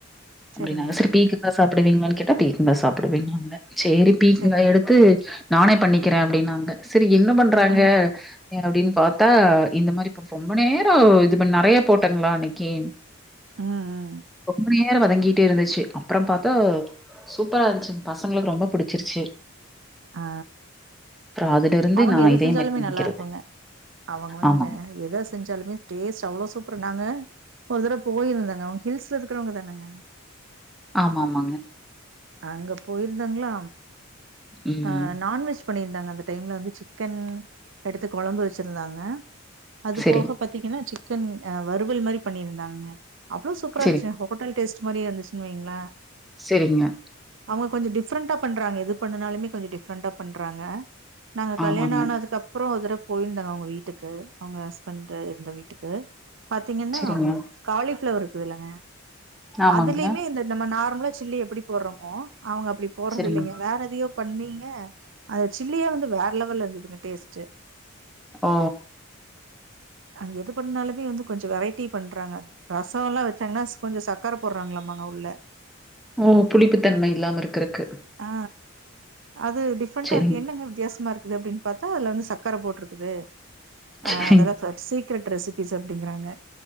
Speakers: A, in the centre; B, on the right (about 60°).
A: அப்டின்னாங்க
B: சரிங்க,
A: செரி பீக் ங்கா சாப்பிடுவீங்களான்னு கேட்டா பீக்கங்கா சாப்பிடுவேன்னாங்க சேரி பீக்கங்க்கா
B: சரிங்க.
A: எடுத்து நானே பண்ணிக்கிறே அப்டின்னாங்க செரி என்ன பண்றாங்க
B: ம்,
A: ஏரவுடின் பாத்தா இந்த மாரி இப்ப ரொம்ப நேரோ இது பண் நெறய போட்டாங்களா அன்னைக்கு
B: ம், ம்.
A: ரொம்ப நே நேரோ வதங்கிட்டே இருந்துச்சு அப்றம் பாத்தா சூப்பரா இருந்ச்சு பசங்களுக்கு ரொம்ப பிடிச்சிருச்சு
B: ஆ
A: அதுலருந்து
B: அவங்க
A: நான்
B: எது
A: இதே
B: செஞ்சாலு
A: மாரி
B: மே
A: பண்ணிக்கிறது.
B: நல்லா இருக்குங்க அவங்க வந்துங்க
A: ஆமாங்க.
B: எத செஞ்சாலுமே டேஸ்ட் அவ்ளோ சூப்பர் நாங்க ஒரு தட போயிருந்தேங்க அவங்க ஹில்ஸ்ல இருக்குறவங்க தானங்க
A: ஆமா ஆமாங்க
B: அங்க போயிருந்தங்களா
A: ம்.
B: அ நான்வெஜ் பண்ணியிருந்தாங்க அந்த டைம்ல வந்து சிக்கன் எடுத்து கொழம்பு வச்சிருந்தாங்க அது
A: சரிங்க,
B: போக பத் திங்கன்னா சிக்கன் அ வறுவல் மாரி பண்ணி இருந்தாங்க அவ்ளோ சூப்பரா
A: சரிங்க,
B: இருந்ச்சு ஹோ ஹோட்டல் டேஸ்ட் மாரியே இருந்துச்சுனு வைங்களே
A: செரிங்க
B: அவங்க கொஞ்சோ டிஃப்ரெண்டா பண்றாங்க எது பண்ணுனாலுமே கொஞ்சோ டிஃப்ரெண்டா பண்றாங்க நாங்க கல்யாணோ
A: ஆமாங்க.
B: ஆனதுக்கு அப்றோ ஒருதடவ போயிருந்தோங்க அவங்க வீட் ட்டுக்கு அவங்க ஹஸ்பண்ட் இருந்த வீட்டுக்கு பாத்தீங்கன்னா
A: சரிங்க.
B: ம் காலிஃப்ளவர் இருக்குதுலங்க
A: ஆமாங்க.
B: அதுலயுமே இந்த நம்ம நார்மலா ஜில்லி எப்டி போர்றோமோ அவங்க அப்டி போர்றது
A: சரிங்க.
B: இல்லைங்க வேற எதயோ பண்ணீங்க அந்த ஜில்லியே வந்து வேற லெவல்ல இருந்து துங்க டேஸ்ட்டு
A: ஓ
B: அங்க எது பண்ணாலுமே வந்து கொஞ்சோ வெரைட்டி பண்றாங்க ரசோ எல்லா வச்சாங்கன்னா கொஞ்சோ சக்கர போடுறாங்களாமாங்க உள்ள
A: ம் புளிப்புத்தன்மை இல்லாம இருக்குறக்கு
B: ஆ அது டிஃப்ரெண்டண்டா
A: சரிங்க,
B: இருக்கு என்னங்க வித்தியாசமா இருக்குது அப்படின் பாத்தா அல வந்து சக்கர போட்ருக்குது
A: சரிங்க.
B: அ அதெல்லா வெப் சீக்ரெட் ரெசிபிஸ் அப்டிங்றாங்க